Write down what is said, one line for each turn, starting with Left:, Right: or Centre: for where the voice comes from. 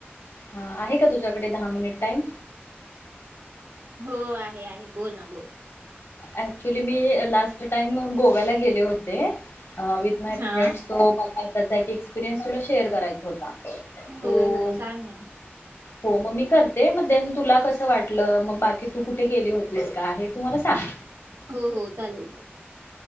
Left: हा आहे का तुझ्याकडे दहा मिनिट टाईम
Right: हो आहे आहे बोल ना बोल
Left: अऍक्चुली मी लास्ट टाइम गोव्याला गेले होते अ विथ माय
Right: हा
Left: फ्रेंड्स सो तर त्याक एक एक्सपिरियनस तुला शेअर करायचा होता
Right: हो
Left: तो
Right: हो सांग ना
Left: हो मग मी करते मग देन तुला कसं वाटलं मग बाकी तू कुठे गेली होतीस का हे तुम्हाला सांग
Right: हो हो चालेल चालेल